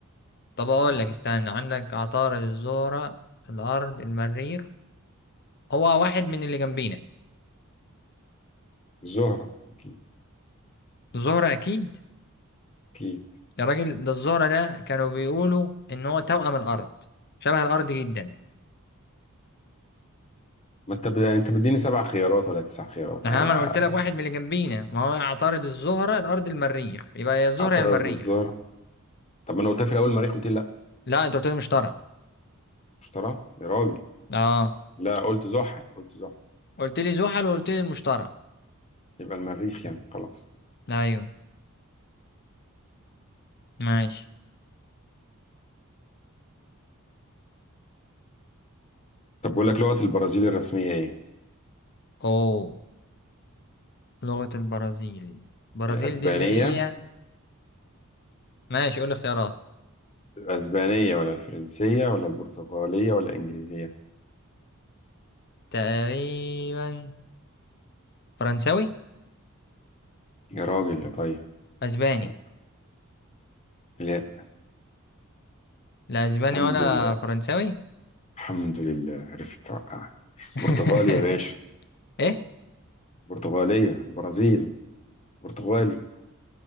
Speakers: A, on the left; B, on the left.
A: طب أقول
B: آه،
A: لك استنى عندك عطارد الزهرة الأرض المريخ هو واحد من اللي جنبينا
B: الزهرة أكيد
A: الزهرة أكيد
B: أكيد
A: يا راجل ده الزهرة ده كانوا بيقولوا إن هو توأم الأرض شبه الأرض جدا
B: ما انت بد... انت مديني سبع خيارات ولا تسع خيارات
A: ها
B: انا
A: ما انا قلت لك واحد من اللي جنبينا ما هو عطارد الزهره الارض المريخ يبقى يا الزهره
B: اعترض
A: يا المريخ
B: الزهرة طب ما انا قلتها في الاول المريخ قلت لي لا
A: لا انت قلت لي المشتري
B: اشتراه يا راجل
A: اه
B: لا قلت زحل قلت زحل
A: قلت لي زحل وقلت لي المشتري
B: يبقى المريخ يعني خلاص
A: ايوه ماشي
B: طب بقول لك لغة البرازيل الرسمية ايه
A: اوه لغه البرازيل البرازيل
B: الاسبانية
A: دي اللي هي ماشي قول لي اختيارات
B: الاسبانية ولا الفرنسية ولا البرتغالية ولا الانجليزية
A: تقريبا فرنساوي
B: يا راجل يا طيب
A: اسباني
B: لا لا.
A: لا اسباني
B: الحمد
A: ولا
B: لله
A: فرنساوي
B: الحمد لله عرفت آه.
A: <laughs>
B: برتغالي يا باشا
A: ايه
B: برتغالية البرازيل برتغالي